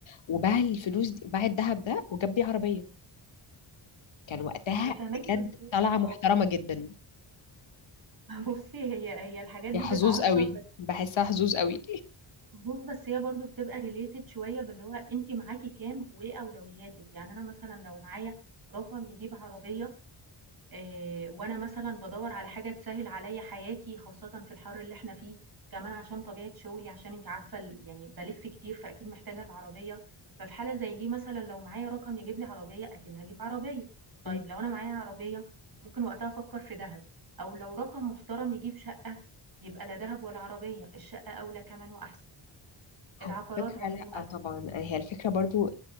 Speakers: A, on the left (about 65°); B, on the right (about 45°).
A: وباع الفلوس دي باع الذهب ده وجاب بيه عربية كان وقتها
B: أنا فاهماكِ،
A: بجد
B: بس هو
A: طلعة
B: آه.
A: محترمة جدا
B: <laughs> بُصّي، هي هي الحاجات دي
A: يا حظوظ
B: بتعصّب
A: قوي بحسها حظوظ قوي
B: طموح بس هي برضه بتبقى related شوية باللي هو أنتِ معاكِ كام وإيه أولوياتِك، يعني أنا مثلًا لو معايا رقم يجيب عربية آآ وأنا مثلًا بادوّر على حاجة تسهّل عليّا حياتي، خاصةً في الحَر اللي إحنا فيه، كمان عشان طبيعة شُغلي، عشان أنتِ عارفة ال يعني بالِف كتير، فأكيد محتاجة العربية، ففي حالة زي دي مثلًا لو معايا رقم يجيب لي عربية، أكيد هاجيب عربية، طيب
A: <laughs>
B: لو أنا معايا عربية، ممكن وقتها أفكّر في دهب، أو لو رقم محترم يجيب شقة، يبقى لا دهب ولا عربية، الشقة أولى كمان وأحسن. العقارات
A: هو فكرة
B: عمومًا،
A: لا آه طبعا هي الفكرة برضو